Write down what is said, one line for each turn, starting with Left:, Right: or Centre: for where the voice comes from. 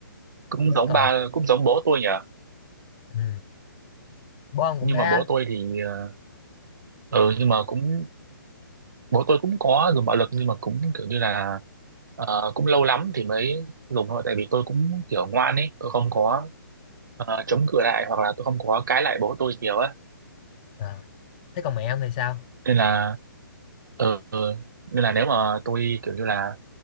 Right: cũng
Left: thế
Right: giống
Left: còn
Right: ba cũng giống bố tôi nhỉ
Left: ừ. Bon
Right: nhưng
Left: cũng thế
Right: mà
Left: á?
Right: bố tôi thì ờ ừ, nhưng mà cũng bố tôi cũng có dùng bạo lực nhưng mà cũng kiểu như là ờ, cũng lâu lắm thì mới dùng thôi tại vì tôi cũng kiểu ngoan ấy tôi không có ờ, chống cự lại hoặc là tôi không có cãi lại bố tôi nhiều á
Left: à. Thế còn mẹ ông thì sao?
Right: nên là ừ, nên là nếu mà tôi kiểu như là